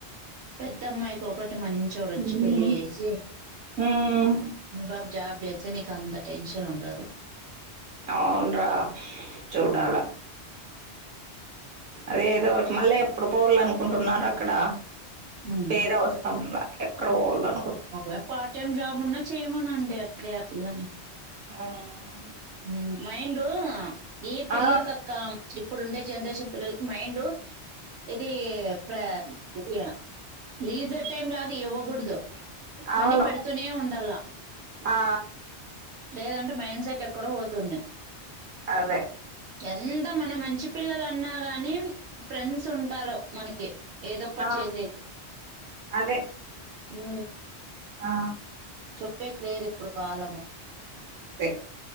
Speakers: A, on the right; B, on the right.
A: పెద్దమ్మాయికి ఒక అంటే మంచొడొచ్చి
B: హ్మ్.
A: పెళ్లి చేసి
B: హ్మ్.
A: ఈ బాబు జాబ్ చేస్ అయితే నీకు అంత టెన్షన్ ఉండదు,
B: అవున్రా చూడాల
A: ఉమ్
B: అదే ఏదో మళ్ళీ ఎప్పుడు పోవాల అనుకో కుంటున్నారు అక్కడ
A: ఉమ్
B: పేరు అవసరంలే ఎక్కడబోవలా
A: ఒకవేళ పార్ట్ టైమ్ జాబ్ ఉన్నా చేయమనండి అట్లే ఆ పిల్లని
B: హుమ్
A: హ్మ్ మైండు ఈ పిల్లలకు
B: ఆ!
A: అక్క ఇప్పుడు ఉండే జనరేషన్ పిల్లలకి మైండ్ ఇది ప్ర ఇది లీజర్ టైమ్ లాగా ఇవ్వకూడదు, పని
B: అవును.
A: పెడుతూనే ఉండాల
B: ఆ!
A: లేదంటే మైండ్ సెట్ ఎక్కడో పోతుంది
B: అదే
A: అంత మన మంచి పిల్లలు అన్నా గాని ఫ్రెండ్స్ ఉంటారు మనకి ఏదొక్కటి
B: ఆ!
A: చేసేకి
B: అదే
A: ఉ
B: ఆ
A: చెప్పేది లేదు ఇప్పుడు కాలము
B: తే